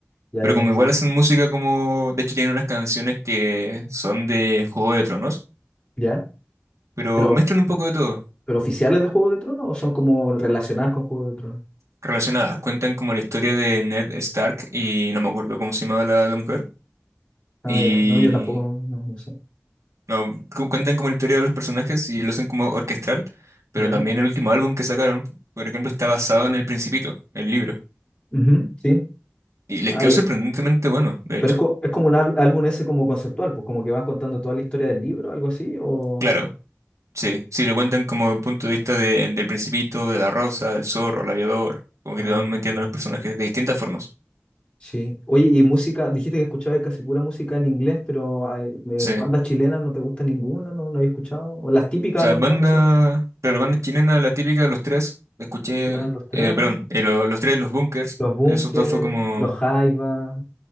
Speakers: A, on the left (about 25°); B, on the right (about 85°).
A: ya,
B: Pero
A: ya,
B: como
A: sí.
B: igual hacen música como... De hecho tienen unas canciones que son de Juego de Tronos,
A: ¿Ya?
B: pero
A: Pero,
B: mezclan un poco de todo.
A: ¿pero oficiales de Juego de Tronos o son como relacionadas con Juego de Tronos?
B: Relacionadas, cuentan como la historia de Ned Stark y no me acuerdo cómo se llamaba la, la mujer.
A: Ah,
B: Y...
A: ya. No, yo tampoco, no, no sé.
B: No, cu- cuentan como la historia de los personajes y lo hacen como orquestral, pero
A: ¿Ya?
B: también el último álbum que sacaron, por ejemplo, está basado en El Principito, el libro.
A: Ujú, sí.
B: Y les
A: Ay,
B: quedó sorprendentemente bueno, de
A: pero
B: hecho.
A: es, co- es como un ál- álbum ese como conceptual, pues como que van contando toda la historia del libro, algo así, o...
B: Claro, sí. Si lo cuentan como punto de vista de- del Principito, de la Rosa, del Zorro, el Aviador, como que
A: Ah,
B: te van metiendo
A: ya.
B: a los personajes de distintas formas.
A: Sí. Oye, y música, dijiste que escuchabas casi pura música en inglés, pero ay, eh,
B: Sí. O
A: bandas chilenas no te gusta ninguna, no, no había escuchado. O las típicas
B: sea,
A: a lo
B: banda,
A: mejor, no sé. pues,
B: claro, banda chilena, la típica de los tres, la escuché,
A: Claro, los tres,
B: eh, perdón, eh, lo- los tres, los Bunkers,
A: los Bunker,
B: esos dos fue como,
A: los Jaiba,